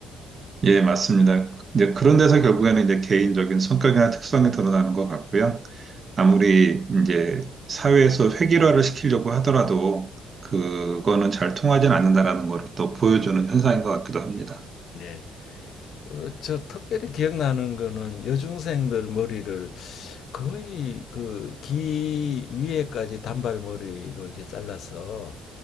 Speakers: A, on the right; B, on the left.
A: 예, 맞습니다. 이제 그런 데서 결국에는 이제 개인적인 성격이나 특성이 드러나는 것 같고요. 아무리 이제 사회에서 획일화를 시키려고 하더라도 그거는 잘 통하진 않는다라는 걸 또 보여주는 현상인 것 같기도 합니다.
B: 네. 어, 저 특별히 기억나는 거는 여중생들 머리를 거의 그 귀 위에까지 단발머리로 이렇게 잘라서